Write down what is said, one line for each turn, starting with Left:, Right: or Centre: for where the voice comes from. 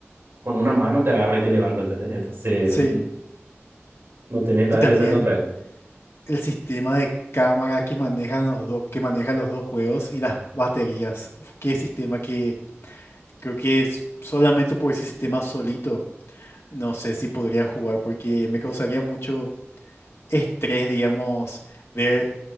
Right: con una mano te agarra y te levanta, ¿entendés? Entonces
Left: Sí,
Right: n- no tenés nada
Left: y también
Right: que hacer contra él.
Left: el sistema de cámara que manejan los dos, que manejan los dos juegos y las baterías. Uf, qué sistema que Creo que es solamente por ese sistema solito, no sé si podría jugar porque me causaría mucho estrés, digamos, ver